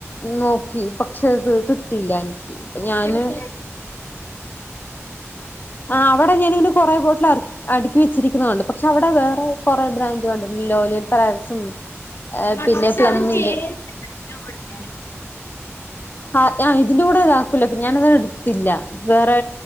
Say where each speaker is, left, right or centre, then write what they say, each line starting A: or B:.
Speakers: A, on the left; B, on the left.
A: നോക്കി പക്ഷേ അത് കിട്ടില്ല നിക്ക് ഇപ്പ ഞാന്
B: കിട്ടില്ലേ
A: ആഹ് അവിടെ ഞാനിങ്ങനെ കൊറെ ബോട്ടിൽ അടുക്കി വെച്ചിരിക്കുന്നണ്ട് അവിടെ വേറെ കൊറെ ബ്രാൻഡ് കണ്ടിട്ടുണ്ടല്ലോ ലോലിയൽ പ്രയസും എ
B: പക്ഷെ
A: പിന്നെ സ്ലമ്മിന്റെ
B: അത് ചേരുവല്ലോ ഇവിടത്തെ
A: ഹാ ആഹ് ഇതിന്റെ കൂടെ ഇതാക്കൂല അപ്പൊ ഞാനതടുത്തില്ല വേറെ